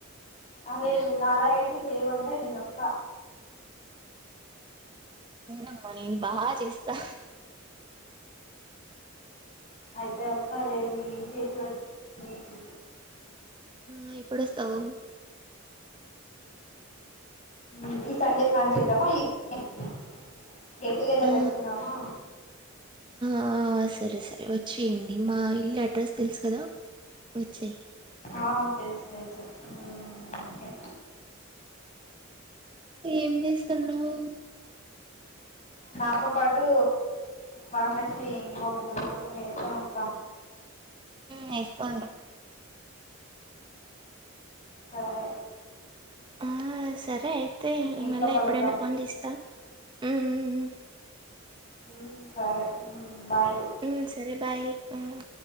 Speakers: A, on the left; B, on the right.
A: అదే నువ్వు నాలా అయితే చ సేవంటై నేను వాసా
B: ఇన్ మ్మా నీ బాగా చేస్తా
A: అయితే వస్తాలే నీ చేతి వం నీకి
B: ఆ ఎప్పుడు అస్తావు
A: ఉమ్ ఈ సండే ప్లాన్ చేద్దామా ఈ కి గెట్ టు గెదర్
B: ఆ
A: పెట్టుకుందామా
B: ఆ సరే సరే వచ్చేయండి మా ఇల్లు అడ్రస్ తెలుసు కదా వచ్చేయ్
A: ఆ తెలుసు తెలుసు ఉమ్ ఓకే
B: ఏం చేస్తున్నావ్
A: నాతో పాటూ మన ఫ్రెండ్స్నీ ఇంకో ముగ్గురు నలుగురిని ఏసుకుని అస్తా
B: ఊ ఎస్కుండ్ర
A: సరే
B: ఆ సరే ఐ తే
A: మీ
B: ఈ
A: ఇంట్లో
B: మళ
A: కలుద్దాం
B: ఎప్పుడైనా ఫోన్ చేస్తా ఊ ఊ ఊ
A: ఉ సరే ఊ బాయ్
B: ఉమ్ సరే బాయ్ ఉమ్